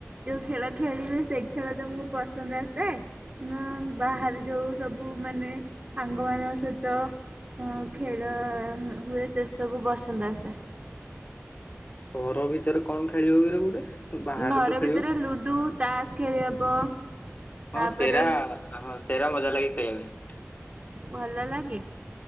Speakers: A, on the right (about 35°); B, on the left (about 35°).
A: ଯୋଉ ଖେଳ ଖେଳିବେ ସେଇ ଖେଳ ତମୁକୁ ପସନ୍ଦ ଆସେ। ନା ବାହାରେ ଯୋଉ ସବୁ ମାନେ ସାଙ୍ଗ ମାନଙ୍କ ସହିତ ହଁ ଖେଳ ହୁଏ ସେ ସବୁ ପସନ୍ଦ ଆସେ।
B: ଘର ଭିତରେ କଣ ଖେଳି ହୁଏ ରେ ଗୋଟେ। ବାହାରେ
A: ଘର
B: ତ ଖେଳିବ।
A: ଭିତରେ ଲୁଡୁ ତାସ୍ ଖେଳି ହବ।
B: ହଁ
A: ତାପରେ
B: ସେରା ହଁ ସେରା ମଜା ଲାଗି ଖେଳିବା ପାଇଁ।
A: ଭଲ ଲାଗେ।